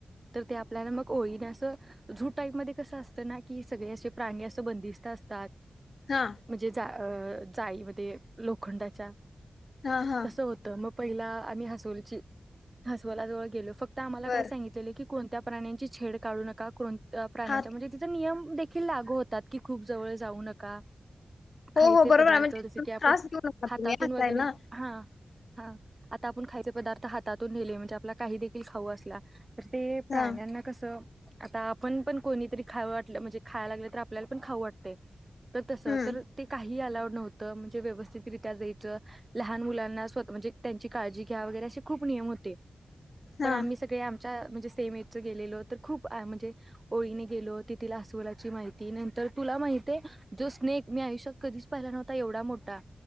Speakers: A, on the right; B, on the left.
A: तर ते आपल्याला मग ओळीने असं झू टाईप मध्ये कसं असतं ना की सगळे असे प्राणी असं बंदिस्त असतात.
B: हा
A: म्हणजे जा अ जाळीमध्ये लोखंडाच्या
B: हा हा
A: तसं होतं मग पहिला आम्ही हसवलची हसवला जवळ गेलो फ क्त आम्हाला
B: बर
A: काय सांगितलेलं की. कोणत्या प्राण्यांची छेड काढू नका कोण अ प्राण्यांच्या
B: हा
A: म्हणजे तिथ नियम देखील लागू होतात. कि खूप जवळ जाऊ नका. खायचे
B: हो हो बरोबर
A: पदार्थ
B: आहे म्हणजे
A: जसे की आपण
B: त्रास देऊ नका
A: हातातून
B: तुम्ही असं
A: वगैरे
B: आहे ना.
A: हा हा आता आपण खायच पदार्थ हातातून नेले म्हणजे आपला काही देखील खाऊं असला. तर ते प्राण्यांना
B: हा
A: च आता आपण पण कोणीतरी खाऊ वाटलं म्हणजे खायला लागलं तर आपल्याला पण खाऊ वाटतंय. तर तस
B: हम्म
A: तर ते काही आला नव्हतं म्हणजे व्यवस्थितरित्या जायचं लहान मुलांना स्वतः म्हणजे त्यांची काळजी घ्या वगैरे असे खूप नियम होते.
B: हा
A: पण आम्ही सगळे आम च्या म्हणजे सेम एज गेलेलो तर खूप म्हणजे ओळीने गेलो तिला आसवलाची माहिती नंतर तुला माहितीे जो स्नेक मी आयुष्यात कधीच पाहिला नव्ह ता एवढा मोठा.